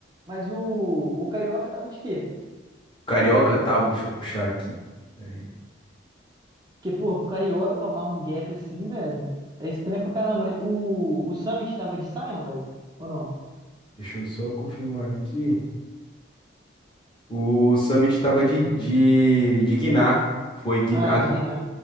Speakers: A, on the right; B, on the left.
A: Mas o, o Carioca tava de quê?
B: Carioca tava, deixa eu puxar aqui. Pera aí.
A: Porque, pô, pro Carioca tomar um gap assim, velho, é estranho pra caramba, né? O, o Summit tava de Sion, velho? Ou não?
B: Deixa eu só confirmar aqui. O Summit tava de, de, de Guiná. Foi Guiná,
A: Ah, de Guiné.